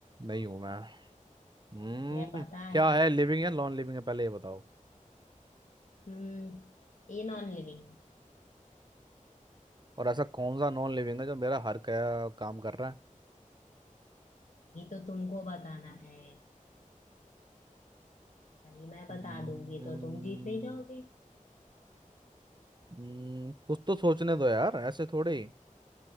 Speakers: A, on the right (about 30°); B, on the left (about 60°).
A: नहीं हूं मैं हम्म
B: मुझे पता
A: क्या
B: है
A: है लिविंग या नॉन लिविंग है पहले ये बताओ
B: हम्म ये नॉन लिविंग है
A: और ऐसा कौन सा नॉन लिविंग है जो मेरा हर क्या काम कर रहा है
B: वही तो तुमको बताना है वही मैं
A: हम्म,
B: बता दूंगी तो तुम जीत नहीं जाओगे
A: हम्म, कुछ तो सोचने दो यार ऐसे थोड़े ही